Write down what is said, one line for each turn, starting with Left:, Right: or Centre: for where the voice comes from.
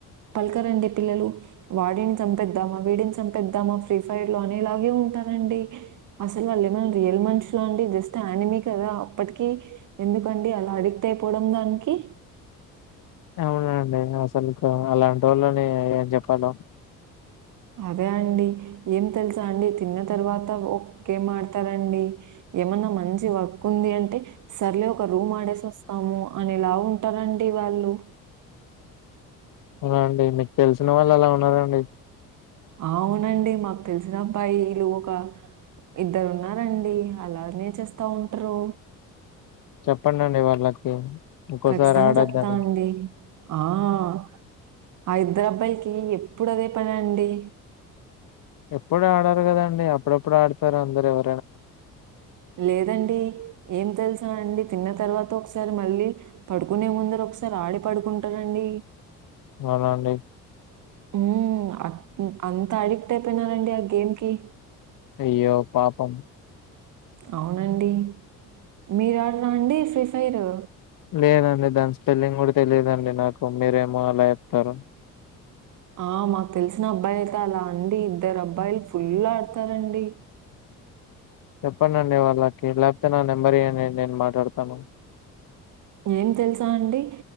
Right: పలకరండి పిల్లలు వాడిని చంపేద్దామా వీడిని చంపేద్దామా ఫ్రీ ఫైర్ లో అనే లాగే ఉంటారండి. అసలు వాళ్ళు ఏమైనా రియల్ మనుషులా అండి జస్ట్ యానిమీ కదా అప్పటికి ఎందుకండి అలా అడిక్ట్ అయిపోవడం దానికి
Left: అవునండి అసలు అలాంటి వాళ్ళని ఏం చెప్పాలో
Right: అదే అండి ఏం తెలుసా అండి తిన్న తర్వాత ఒ కేం ఆడతారండి ఏమన్నా మంచి వర్క్ ఉంది అంటే సర్లే ఒక రూమ్ ఆడేసి వస్తాము అనేలా ఉంటారండి వాళ్ళు
Left: అవునా అండి మీకు తెలిసిన వాళ్ళు అలా ఉన్నారండి
Right: అవునండి మాకు తెలిసిన అబ్బాయి ఇలు ఒక ఇద్దరు ఉన్నారండి అలానే చేస్తా ఉంటారు
Left: చెప్పండండి వాళ్ళకి ఇంకోసారి
Right: ఖచ్చితంగా
Left: ఆడొద్దని.
Right: చెప్తానండి ఆ ఇద్దరు అబ్బాయిలకి ఎప్పుడు అదే పనండి
Left: ఎప్పుడు ఆడారు కదాండి అప్పుడెప్పుడు ఆడతారు అందరు ఎవ
Right: లేదండి ఏం తెలుసా అండి తిన్న తర్వాత ఒకసారి మళ్ళీ పడుకునే ముందర ఒకసారి ఆడి పడుకుంటానండి
Left: అవునా అండి
Right: ఉ అట్ అంత అడిక్ట్ అయిపోయిన నండి ఆ గేమ్కి
Left: అయ్యో పాపం
Right: అవునండి మీరు ఆడరా అండి ఫ్రీ ఫైరు
Left: లేదండి దాని స్పెల్లింగ్ కూడా తెలియదండి నాకు మీరేమో అలా చెప్తారు
Right: ఆ మాకు తెలిసిన అబ్బాయి అయితే అలా అండి ఇద్దరు అబ్బాయిలు ఫుల్ ఆడతారండి
Left: చెప్పండి అండి వాళ్ళకి లేకపోతే నా నెంబర్ ఇయ్యండి నేను మాట్లాడతాను
Right: ఏం తెలుసా అండి